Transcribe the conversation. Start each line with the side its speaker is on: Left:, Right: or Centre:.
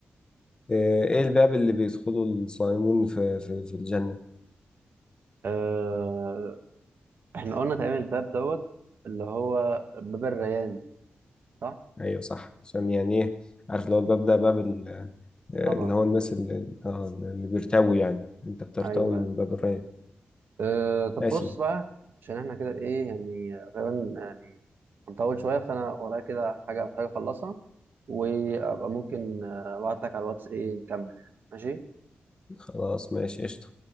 Left: آه، إيه الباب اللي بيدخله الصائمون في في في الجنة
Right: أه... إحنا قلنا تقريبا الباب دوت اللي هو باب الريان صح؟
Left: ايوه صح عشان يعني ايه عارف اللي هو الباب ده باب ال- آه،
Right: طبعا
Left: اللي هو
Right: مم.
Left: الناس اللي, آه، اللي بيرتوي يعني انت بترتوي
Right: أيوه
Left: من باب الراية
Right: أه... طب
Left: ماشي
Right: بص بقى عشان إحنا كده إيه يعني غالبا يعني هنطول شوية فأنا ورايا كده حاجة محتاج أخلصها وابقى ممكن ابعت لك على الواتس ايه نكمل يعني ماشي
Left: خلاص ماشي قشطة